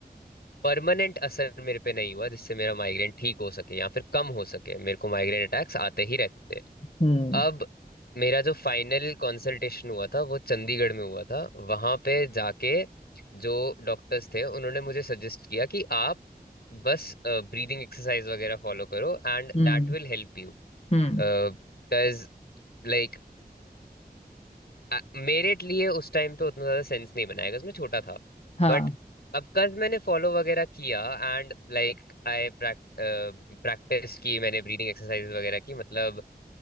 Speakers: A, on the left; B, on the left.
A: परमानेंट असर मेरे पे नहीं हुआ जिससे मेरा माइग्रेन ठीक हो सके या फिर कम हो सके मेरे को माइग्रेन अटैक्स आते ही रहते थे
B: हम्म
A: अब मेरा जो फाइनल कंसल्टेशन हुआ था वो चंडीगढ़ में हुआ था वहां पे जाके जो डॉक्टर्स थे उन्होंने मुझे सजेस्ट किया कि आप बस ब्रीदिंग एक्सरसाइज वगैरह फॉलो करो and
B: हम्म
A: that will help you
B: हम्म
A: Because like आ, मेरे लिए उस टाइम पे उतना ज्यादा सेंस नहीं बनाया बिकॉज मैं छोटा था
B: हाँ
A: बट अब कज मैंने फॉलो वगैरह किया एंड लाइक आई प्रैक्टिस की मैंने ब्रीदिंग एक्सरसाइज वगैरह की मतलब अ,